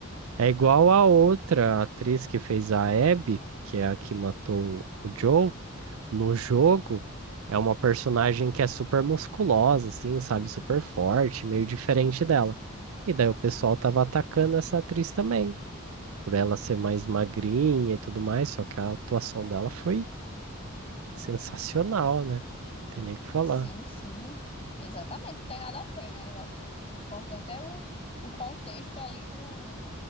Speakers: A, on the right; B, on the left.
A: É igual a outra atriz que fez a Abby, que é a que matou o Joe, no jogo. É uma personagem que é super musculosa, assim, sabe? Super forte, meio diferente dela. E daí o pessoal tava atacando essa atriz também, por ela ser mais magrinha e tudo mais, só que a atuação dela foi sensacional, né? Tem nem o que falar.
B: Sim, sim. Exatamente, não tem nada a ver, né? Eu acho assim que o importante é o, o contexto ali do